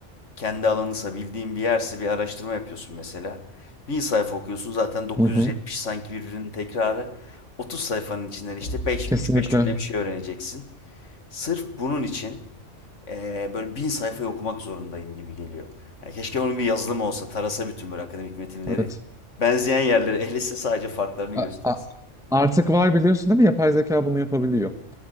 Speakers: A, on the left (about 80°); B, in the centre.
A: kendi alanınsa bildiğin bir yerse bir araştırma yapıyorsun mesela. Bin sayfa okuyorsun zaten 970
B: Hı hı.
A: sanki birbirinin tekrarı. 30 sayfanın içinden işte 5,
B: Kesinlikle.
A: 3-5 cümle bir şey öğreneceksin. Sırf bunun için e, böyle bin sayfayı okumak zorundayım gibi geliyor. Yani keşke onun bir yazılımı olsa, tarasa bütün böyle akademik metinleri.
B: Evet.
A: Benzeyen yerleri ehliyse sadece farklarını göstersin.
B: A- a- Artık var biliyorsun değil mi? Yapay zeka bunu yapabiliyor.